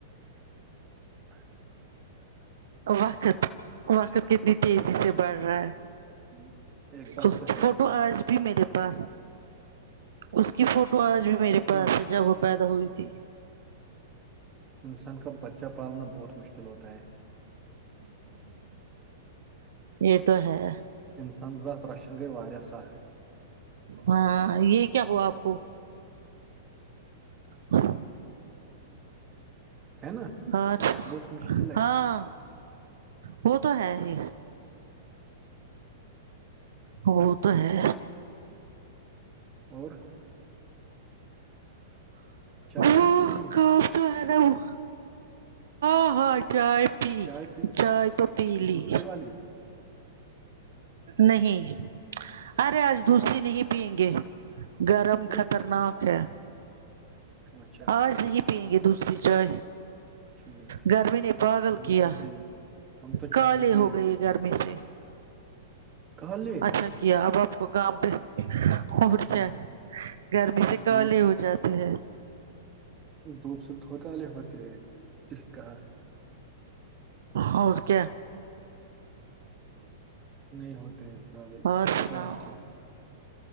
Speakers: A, on the right; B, on the right.
A: <inaudible>
B: وقت وقت کتنی تیزی
A: ہوں،
B: سے بڑھ رہا ہے
A: ہوں، ایک بات
B: اس
A: تو
B: کی
A: ہے
B: فوٹو آج بھی میرے پا اس کی فوٹو آج بھی میرے پاس
A: ہاں،
B: ہے جب وہ پیدا ہوئی تھی
A: انسان کا بچہ پالنا بہت مشکل ہوتا ہے
B: یہ تو ہے
A: انسانات رچشن گے ویا سخ <unintelligible>
B: ہاں یہ کیا ہوا آپ کو ہاں
A: ہے نا
B: اچھا
A: بہت مشکل ہے
B: ہاں وہ تو ہے ہی وہ تو ہے
A: اور چائے
B: وہ
A: پی کہ نہیں
B: <unintelligible> ہاں ہاں چائے پی
A: چائے پی
B: چائے تو پی لی
A: دوسری والی
B: نہیں ارے آج دوسری نہیں پیئیں گے گرم
A: کیوں
B: خطرناک ہے
A: اچھا اچھا
B: آج نہیں پیئیں گے دوسری چائے
A: ٹھیک ہے
B: گرمی
A: ٹھیک
B: نے
A: ہے
B: پاگل
A: ہم
B: کیا
A: تو پی ہم تو
B: کالے
A: چائے ہی پی
B: ہو
A: رہے
B: گئی
A: تھے ابھی
B: گرمی سے
A: کالے
B: اچھا کیا اب آپ کو کام پہ اور
A: ہم،
B: کیا گرمی سے کالے
A: دھوپ
B: ہو جاتے ہیں
A: دھوپ سے تو کالے ہوتے اس کا
B: اور کیا
A: نہیں ہوتے ہیں کالے
B: اور
A: کس نے
B: سناؤ
A: کہا آپ سے